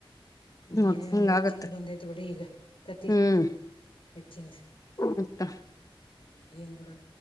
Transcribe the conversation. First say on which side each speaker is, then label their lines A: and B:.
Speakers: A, on the left (about 40°); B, on the left (about 70°).
A: ನೋಡ್
B: ಏ
A: ಹಿಂಗ
B: ಹೆಚ್ಚಿಂದ
A: ಆಗತ್ತೆ
B: ಬಂದೈತ್ ಬಿಡಿ ಈಗ ಕತಿ
A: ಹ್ಮ್
B: ಹೆಚ್ಚಿಂದ.
A: ಮತ್ತ.
B: ಏನ್ ಮಾಡೋದು ಏನ್ ಬಿಡ